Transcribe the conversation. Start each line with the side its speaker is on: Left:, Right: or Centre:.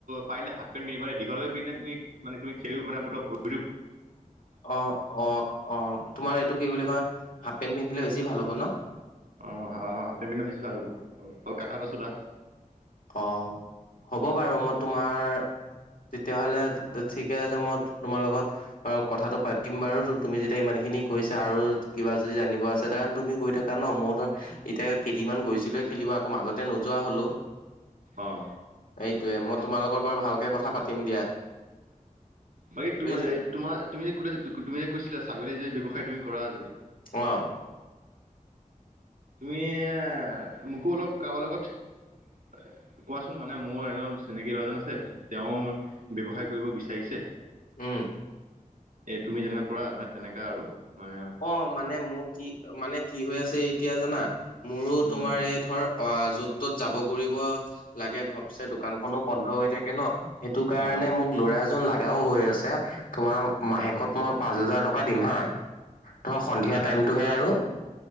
Right: পাৰিলে হাফ পেণ্ পিন্ধিবা দীঘল পিন্ধে তুমি মে তুম খিন ভ। হয়।
Left: অ অ অ তোমাৰ এইটো কি বুলি কয় হাফ পেণ্ট পিন্ধিলে বেছি ভাল হ'ব ন।
Right: অ আহ হ পে পিনে ভেচি চাই ল'ব কাটা এটা চোলা।
Left: অ হ'ব বাৰু মই তোমাৰ। তেতিয়াহলে ঠিকে আছে মই তোমাৰ লগত আৰু কথাটো পাতিম বাৰু তুমি যেতিয়া ইমান। সেই খিনি কৰিৈছে আৰু কিবা যদি জানিব আছে কাৰণে তুমি গৈ থাকা ন মই ধৰ এতিয়া কেইদিনমান গৈছিলো। খেলিব আকৌ মাজতে নোযোৱা হলেও।
Right: অ।
Left: এইটোৱে মই তোমালোকৰ বাৰু ভালকে কথা পাতিম দিয়া।
Right: বাকী
Left: বুজিছা
Right: তমাৰ তোমাৰ তুমি যে কো তুমি যে কৈছিলা ছাগলী যেসায় তুমি কৰা যে।
Left: অঁ।
Right: তুমি এ মোকো অলপ কাৰবাৰ লগত। কোৱাচোন মানে মোৰ এজন চিনাকী লৰাজন আছে তেওঁ ব্যৱসায় কৰিব বিচাৰিছে।
Left: উম।
Right: এ তুমি যেনেককাা কৰা মানে তেনেকা আৰু। মানে
Left: অ মানে মোৰ কি মানে। কি হৈ আছে এতিয়া জানা মোৰো তোমাৰ
Right: উম
Left: এই ধৰ আহ য'ত তত যাব কৰিব। লাগে ঘপচে দোকান খনো বন্ধ হৈ থাকে ন সেইটো কাৰণে
Right: অ
Left: মোক ল'ৰা এজন লাগে। ও হৈ আছে তোমাৰ মাহেকত মই পাঁচ হেজাৰ টকা দিম হা ধৰ সন্ধিয়া
Right: অ অ
Left: টাইমটোহে আৰু